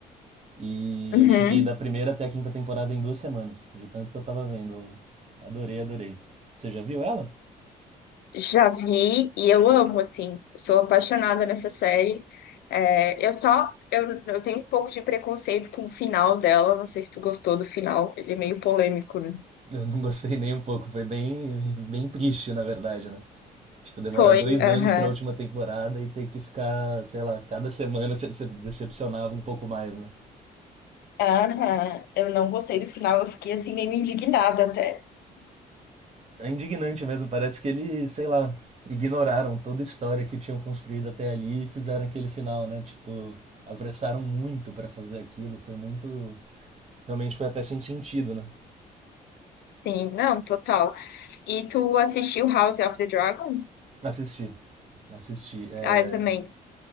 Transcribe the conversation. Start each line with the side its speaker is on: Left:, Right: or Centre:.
Right: E
Left: Uhum.
Right: eu cheguei da primeira até a quinta temporada em duas semanas, de tanto que eu tava vendo. Eu Adorei, adorei. Você já viu ela?
Left: Já vi e eu amo, assim. Sou apaixonada nessa série. É, eu só, eu, eu tenho um pouco de preconceito com o final dela. Não sei se tu gostou do final. Ele é meio polêmico, né?
Right: Eu não gostei nem um pouco, foi bem, bem triste, na verdade, né? Tipo, demorar
Left: Foi,
Right: dois anos
Left: aham.
Right: pra última temporada e ter que ficar, sei lá, cada semana se decep- decepcionava um pouco mais, né?
Left: Aham, eu não gostei do final, eu fiquei assim meio indignada até.
Right: É indignante mesmo, parece que eles, sei lá, ignoraram toda a história que tinham construído até ali e fizeram aquele final, né? Tipo, apressaram muito pra fazer aquilo, foi muito. Realmente foi até sem sentido, né?
Left: Sim, não, total. E tu assistiu House of the Dragon?
Right: Assistir. Assisti. É...
Left: Ah, eu também.